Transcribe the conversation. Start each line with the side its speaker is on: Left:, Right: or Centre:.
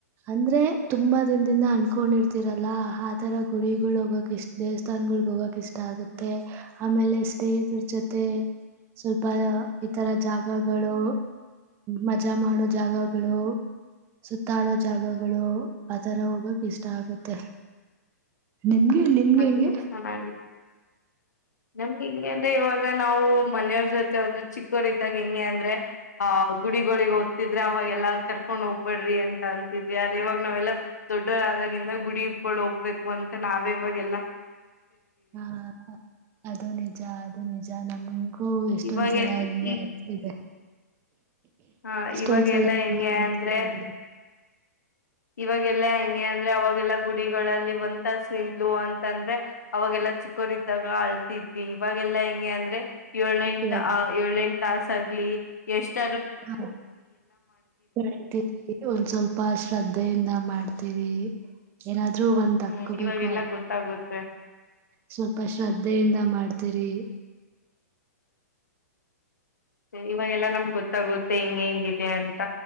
Right: ಅಂದ್ರೆ ತುಂಬಾ ದಿನದಿಂದ ಅನ್ಕೊಂಡಿರ್ತಿರೋ. ಲ್ಲ ಆತರ ಗುರಿಗಳು ಹೋಗಕ್ ಇಷ್ಟ ದೇವಸ್ಥಾನನ್ಗಳಗ್ ಹೋಗಕ ಇಷ್ಟ ಆಗುತ್ತೆ ಆಮೇಲೆ ಇಷ್ಟೇ. ದುರ್ ಜೊತೆ ಸ್ವಲ್ಪ ಇತರ ಜಾಗಗಳು ಮತ್ ಮಜಾ ಮಾಡೋ ಜಾಗಗಳು ಸುತ್ತಾಡೋ ಜಾಗಗಳು ಆತರ ಹೋಗಕ ಇಷ್ಟ ಆಗುತ್ತೆ. ನಿಮ್ಗೆ ನಿಮ್ಗೆ
Left: ಅದು
Right: ಹೆಂಗೆ
Left: ಚೆನ್ನಾಗಿದೆ ನಮ್ಗೆ ಹಂಗೆ ಅಂದ್ರೆ ಇವಾಗ ನಾವು ಮನೆಯವ್ರ ಜೊತೆ ಹೋದ್ರು ಚಿಕ್ಕವರದ್ದಾಗ ಹೆಂಗೆ ಅಂದ್ರೆ ಆ ಗುಡಿಗಳಿಗೆ ಹೊತಿದ್ರೆ ಅವಾಗೆಲ್ಲಾ ಕರ್ಕೊಂಡ್ ಹೋಗ್ಬೇಡ್ರಿ ಅಂತ ಅನ್ನತಿದ್ವಿ ಆದ್ರೆ ಇವಾಗ ನಾವೇಲ್ಲ ದೊಡ್ಡರಾದಾಗಿಂದ ಗುಡಿಗಳು ಹೋಗ್ಬೇಕು ಅಂತ ನಾವೇ ಇವಾಗೆಲ್ಲ.
Right: ಹಾ ಅದು ನಿಜ ಅದು ನಿಜ ನಮಗೂ ಹ ಎಷ್ಟೊಂದ್ಸಲ
Left: ಇವಾಗ
Right: ಹಿಂಗೆ
Left: ಈ
Right: ಆಗತ್ತಿದೆ
Left: ಹ
Right: ಎಷ್ಟೊಂದ್ಸಲ
Left: ಇವಾಗ ಎಲ್ಲಾ
Right: ಹಿಂಗೆ
Left: ಹೆಂಗೆ
Right: ಆಗಿ ಬಿಟ್ಟಿದೆ.
Left: ಅಂದ್ರೆ ಇವಾಗೆಲ್ಲಾ ಹಂಗೆ ಅಂದ್ರೆ ಅವಾಗೆಲ್ಲಾ ಗುಡಿಗಳಲ್ಲಿ ಒಂದ ತಾಸ್ ನಿಂದ್ಲು ಅಂತಂದ್ರೆ ಅವಾಗೆಲ್ಲಾ ಚಿಕ್ಕ ದಾಗ ಆಳ್ತಿದ್ವಿ ಇವ ಇವಗೆಲ್ಲ ಹೆಂಗೆ ಅಂದ್ರೆ ಏಳ ಎಂಟ
Right: ಇವಾಗ
Left: ಏಳ ಎಂಟು ತಾಸ ಆಗ್ಲಿ ಎಷ್ಟ
Right: ಹಾ ಕತೀರಿ ಒಂದ್ ಸ್ವಲ್ಪ ಶ್ರದ್ಧೆಯಿಂದ ಮಾಡ್ತೀ ರಿ ಏನಾದ್ರೂ ಒಂದ್
Left: ಹ್ಮ್
Right: ಹಕ್ಕೋಬೇಕು
Left: ಇವಾಗೆಲ್ಲಾ
Right: ಅಂತ
Left: ಗೊತ್ತಾಗುತ್ತೆ
Right: ಸ್ವಲ್ಪ ಶ್ರದ್ಧೆಯಿಂದ ಮಾಡ್ತೀರಿ
Left: ಇವಾಗಲ್ಲಾ ನಮ್ಗೆ ಗೊತ್ತಾಗುತ್ತೆ ಹಿಂಗ್ ಹೆಂಗಿದೆ ಅಂತ